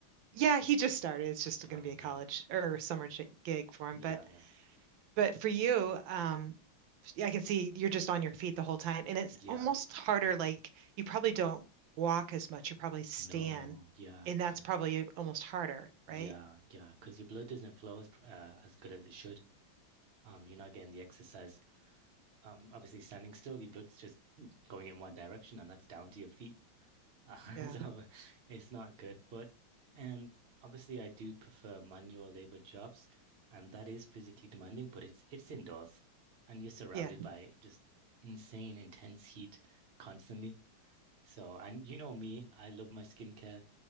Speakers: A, on the right; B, on the right.
A: yeah, he just started. It's just
B: Oh
A: going to be a
B: man.
A: college or summer gi- gig for
B: Yeah,
A: him. But
B: yeah.
A: but for you, um, yeah, I can see you're just on your feet the whole time, and it's
B: Yeah.
A: almost harder. Like you probably don't walk as much. You probably stand,
B: No. Yeah.
A: and that's
B: 'cause-
A: probably almost harder,
B: yeah,
A: right?
B: yeah. Because your blood doesn't flow as pr- uh, as good as it should. Um, you're not getting the exercise. Um, obviously standing still, your blood's just <clears throat> going in one direction, and that's down to your feet. Uh,
A: Yeah,
B: <laughs> so it's not good. But and obviously, I do prefer manual labor jobs, and that is physically demanding. But it's it's indoors, and you're surrounded
A: yeah,
B: by just insane, intense heat constantly. So, and you know me, I love my skincare